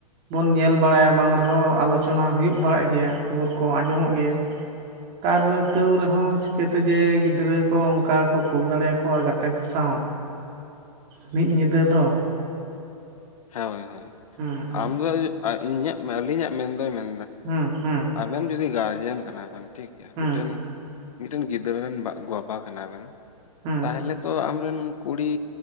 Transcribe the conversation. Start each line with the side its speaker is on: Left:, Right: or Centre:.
Right: ᱵᱚᱱ ᱧᱮᱞ ᱵᱟᱲᱟᱭᱟ ᱵᱟᱝ ᱨᱮᱦᱚᱸ ᱟᱞᱳᱪᱚᱱᱟ ᱦᱩᱭᱩᱜ ᱵᱟᱲᱟᱜ ᱜᱮᱭᱟ ᱠᱷᱚᱵᱚᱨ ᱠᱚ ᱟᱸᱡᱚᱢᱚᱜ
Left: ᱦᱮᱸ
Right: ᱜᱮᱭᱟ <inaudible> ᱛᱟᱹᱣ ᱨᱮᱦᱚᱸ ᱪᱤᱠᱟᱹᱛᱮ ᱡᱮ ᱜᱤᱫᱽᱨᱟᱹ ᱠᱚ ᱚᱱᱠᱟ ᱠᱚ ᱠᱩᱞ ᱫᱟᱲᱮᱭᱟᱠᱚᱣᱟ ᱜᱟᱛᱮ ᱠᱚ ᱥᱟᱶ ᱢᱤᱫ ᱧᱤᱫᱟᱹ ᱫᱚ
Left: ᱦᱮᱸ ᱦᱳᱭ ᱦᱳᱭ
Right: ᱦᱩᱸ
Left: ᱟᱢᱫᱚ ᱤᱧᱟᱹᱜ ᱟᱹᱞᱤᱧᱟᱜ ᱢᱮᱱ ᱫᱚᱭ ᱢᱮᱱ
Right: ᱦᱩᱸ ᱦᱩᱸ
Left: ᱟᱵᱮᱱ ᱡᱚᱫᱤ ᱜᱟᱨᱡᱮᱱ ᱠᱟᱱᱟᱵᱮᱱ ᱴᱷᱤᱠ ᱜᱮᱭᱟ
Right: ᱦᱩᱸ
Left: ᱢᱤᱫᱴᱮᱱ ᱢᱤᱫᱴᱮᱱ ᱜᱤᱫᱽᱨᱟᱹ ᱨᱮᱱ ᱵᱟ ᱜᱚ ᱵᱟᱵᱟ ᱠᱟᱱᱟ ᱵᱮᱱ
Right: ᱦᱩᱸ
Left: ᱛᱟᱦᱚᱞᱮ ᱛᱚ ᱟᱢᱨᱮᱱ ᱠᱩᱲᱤ